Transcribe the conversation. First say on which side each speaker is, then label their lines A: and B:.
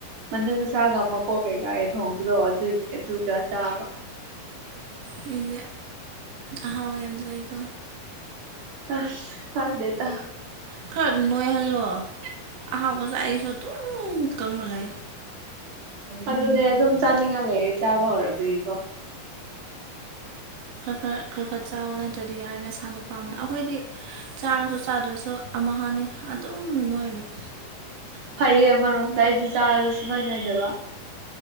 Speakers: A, on the right (about 80°); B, on the right (about 50°).
A: ꯃꯅꯨꯡꯁꯥꯒ ꯃꯀꯣꯛ ꯀꯩꯀꯥ ꯊꯣꯡꯕꯗꯣ ꯑꯗꯨꯒꯤ ꯑꯗꯨꯒ ꯆꯥꯕ꯫
B: ꯃꯤꯗꯤ ꯑꯍꯥꯎ ꯌꯥꯝꯖꯩꯀꯣ꯫
A: ꯑꯁ ꯆꯥꯗꯦꯗ꯫
B: ꯈꯔ ꯅꯣꯏꯍꯜꯂꯣ ꯑꯍꯥꯎꯕ ꯑꯩꯁꯨ ꯗꯨꯝ ꯀꯪꯂꯂꯦ꯫
A: ꯑꯗꯨꯅꯦ ꯑꯗꯨꯝ ꯆꯥꯅꯤꯡꯉꯥꯏ ꯂꯩꯌꯦ ꯆꯥꯕ ꯍꯧꯔꯛꯄꯒꯤꯀꯣ꯫
B: ꯈꯔ ꯈꯔ ꯈꯔ ꯈꯔ ꯆꯥꯎ ꯅꯠꯇ꯭ꯔꯗꯤ ꯌꯥꯔꯣꯏ ꯅꯁꯥꯗꯣ ꯄꯥꯝꯃꯦ ꯑꯩꯈꯣꯏꯗꯤ ꯆꯥꯔꯁꯨ ꯆꯥꯗ꯭ꯔꯁꯨ ꯑꯃ ꯍꯥꯅꯤ꯫ ꯑꯗꯨꯝ ꯅꯣꯏ ꯂꯩ
A: ꯐꯩꯌꯦ ꯑꯃꯔꯣꯝꯗ ꯑꯩꯖꯨ ꯆꯥꯔꯖꯨ ꯁꯨꯛꯅꯣꯏ ꯅꯣꯏꯗꯕ꯫